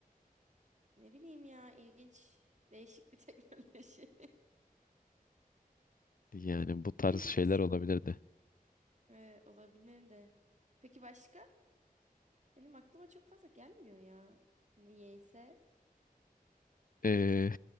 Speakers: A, on the right; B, on the left.
A: Ne bileyim ya ilginç. Değişik bir <laughs> teknoloji.
B: yani bu tarz
A: İlginç.
B: şeyler olabilirdi
A: Ee, olabilir de. Peki başka? Benim aklıma çok fazla gelmiyor ya. Niyeyse.
B: Ee,